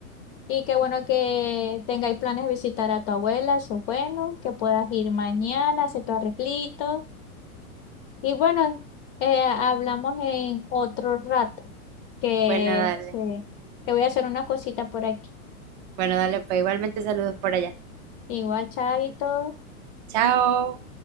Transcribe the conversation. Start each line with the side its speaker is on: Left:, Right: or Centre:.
Left: Y qué bueno que tengáis planes de visitar a tu abuela, eso es bueno, que puedas ir mañana, hacer tu arreglito. Y bueno, eh, hablamos en otro rato, que,
Right: Bueno, dale.
Left: sí, que voy a hacer unas cositas por aquí.
Right: Bueno, dale, pues igualmente saludos por allá.
Left: Igual, chaito.
Right: Chao.